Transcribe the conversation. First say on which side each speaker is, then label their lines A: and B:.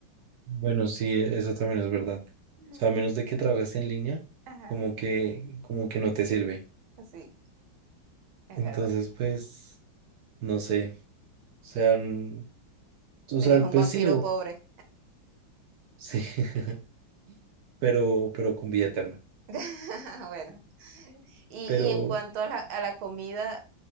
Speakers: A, on the right; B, on the right.
A: bueno, sí, e- eso también es verdad. O
B: Mm,
A: sea, a menos de que trabajes en línea,
B: Ajá.
A: como que, como que no te sirve.
B: Sí,
A: Entonces,
B: es verdad.
A: pues, no sé. O sea, n- o
B: Serías
A: sea,
B: un
A: pues
B: vampiro
A: sí, o,
B: pobre.
A: sí, <laughs> pero, pero con vida eterna.
B: <laughs> Bueno. Y,
A: Pero,
B: y en cuanto a la, a la comida,